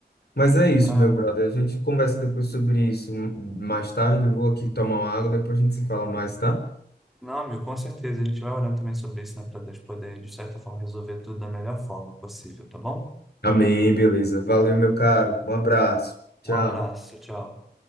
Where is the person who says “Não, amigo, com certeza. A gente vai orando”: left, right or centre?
Centre